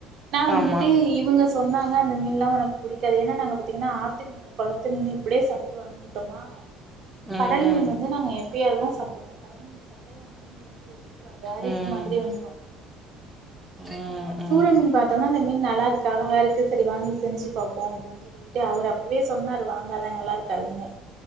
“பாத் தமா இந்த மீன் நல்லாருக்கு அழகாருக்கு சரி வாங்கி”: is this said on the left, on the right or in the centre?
Right